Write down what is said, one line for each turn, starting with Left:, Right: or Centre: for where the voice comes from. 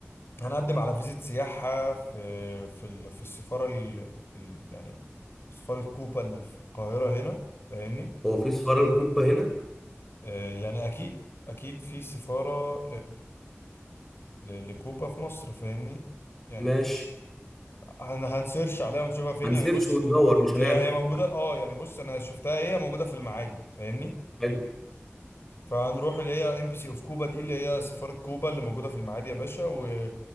Left: هنقدم على فيزة سياحه في في ال... في السفاره ال... ال... يعني سفاره كوبا اللي في القاهره هنا فاهمني
Centre: هو في سفارة الكوبا هنا
Left: آه، يعني اكيد اكيد في سفاره ل- لكوبا في مصر فاهمني يعني
Centre: ماشي
Left: هن هنسيرش عليها ونشوفها فين
Centre: هنسيرش
Left: يعني بص
Centre: وندور مش هنعطل
Left: هي هي موجودة اه يعني بص انا شفتها هي موجودة في المعادي فاهمني
Centre: حلو
Left: فهنروح اللي هي ام بي سي اوف كوبا دي اللي هي سفارة كوبا اللي موجودة في المعادي يا باشا و...